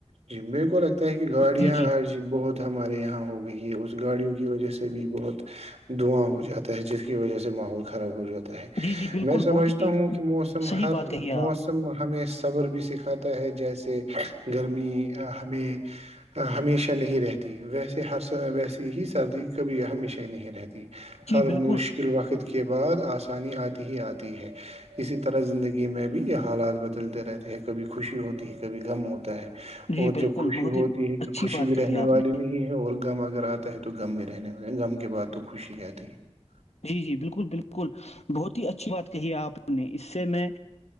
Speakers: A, on the right (about 80°); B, on the left (about 75°).
A: جی میرے کوگ <unintelligible> تاکہ گاڑیاں
B: جی جی
A: آج بہت <unintelligible> ہمارے یہاں ہو گئی ہے اس گاڑیوں کی وجہ سے بھی بہت دواں ہو جاتا ہے جس کی وجہ سے ماحول خراب ہو جاتا <unintelligible>
B: جی جی بالکل
A: میں سمجھتا
B: بہت ہی
A: ہوں کہ موسم
B: صحیح
A: ہر
B: بات کہی ہے آپ
A: موسم حمیش <unintelligible> صبر بھی سکھاتا ہے جیسے گرمی ہمیں ہمیشہ نہیں رہتی ویسے ہر ویسے ہی سردی کبھی ہمیشہ ہی نہیں رہتی
B: جی
A: ہر مشکل
B: بالکل
A: وقت کے بعد آسانی آتی ہی آتی ہے اسی طرح زندگی میں بھی <unintelligible> کبھی یہ حالات بدلتے رہتے ہیں کبھی خوشی ہوتی ہے کبھی غم ہوتا ہے <unintelligible>
B: جی
A: اور
B: بالکل
A: جب خوشی
B: بہت
A: ہوتی
B: ہی
A: ہے تو
B: اچھی
A: خوشی
B: بات
A: بھی رہنے
B: کہی ہے آپ
A: والی
B: نے
A: نہیں ہے اور غم اگر آتا ہے تو غم بھی رہنے والے غم کے بعد تو خوشی آتی ہے <unintelligible>
B: جی جی بالکل بالکل بہت ہی اچھی بات کہیے آپ نے اس <unintelligible> سے میں